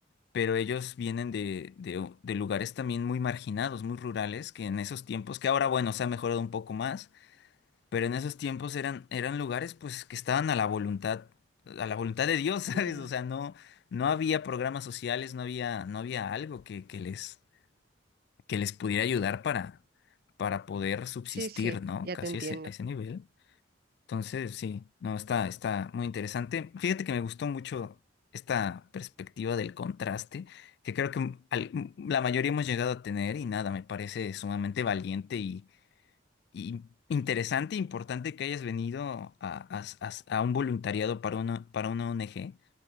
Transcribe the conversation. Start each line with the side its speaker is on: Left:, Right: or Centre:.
Left: pero ellos vienen de, de, de lugares también muy marginados, muy rurales, que en esos tiempos, que ahora, bueno, se ha mejorado un poco más, pero en esos tiempos eran, eran lugares pues que estaban a la voluntad, a la voluntad de Dios, <laughs> ¿sabes?
Right: Ya.
Left: O sea, no, no había programas sociales, no había, no había algo que, que les, que les pudiera ayudar para, para poder subsistir,
Right: Sí, sí,
Left: ¿no?
Right: ya
Left: Casi
Right: te entiendo.
Left: a ese, a ese nivel. Entonces, sí, no, está, está muy interesante. Fíjate que me gustó mucho esta perspectiva del contraste, que creo que al- la mayoría hemos llegado a tener y nada, me parece sumamente valiente y y interesante e importante que hayas venido a, a- a- a un voluntariado para una, para una ONG.